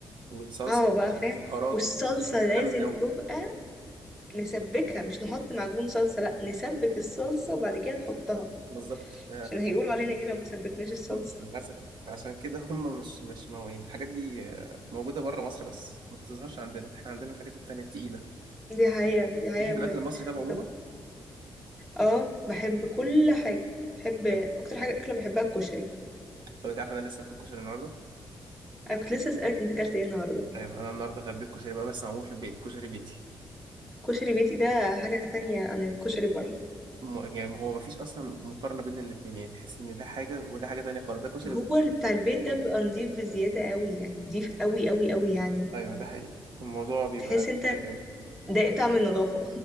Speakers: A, on the right (about 65°); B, in the centre.
A: والصلصه
B: اه بقى
A: والبهارات
B: فاهم والصلصة
A: والسمنه
B: لازم
A: و...
B: تبقى نسبكها مش نحط معجون صلصة لا نسبك الصلصة وبعد كده نحطها
A: بالظبط ف...
B: عشان هيقولوا علينا ايه لو ما سبكناش الصلصة
A: م- مثلا فعشان كده هم مش مش موين الحاجات دي آه، موجوده بره مصر بس ما بتظهرش عندنا احنا عندنا الحاجات التانيه التقيله
B: دي حقيقة دي حقيقة
A: ليكي في
B: بجد
A: الاكل المصري طب عموما
B: طب اه بحب كل حاجة بحب
A: بجد.
B: اكتر حاجة اكلة بحبها الكشري
A: طب انت عارف انا لسه باكل كشري النهارده
B: انا كنت لسه اسألك انت اكلت ايه النهاردة
A: ايوه انا النهارده غديت كشري بقى بس معمول في البيت كشري بيتي
B: كشري بيتي ده حاجة تانية عن الكشري بره
A: م... يعني هو مفيش اصلا مقارنه بين الاثنين يعني تحس ان ده حاجه وده حاجه تانية خالص ده كشري
B: هو
A: وده كشري
B: ال- بتاع البيت ده بيبقى نضيف بزيادة قوي يعني نضيف قوي قوي قوي يعني
A: ايوه ده حقيقي الموضوع بيبقى
B: تحس انت
A: مختلف قوي
B: ده طعم النظافة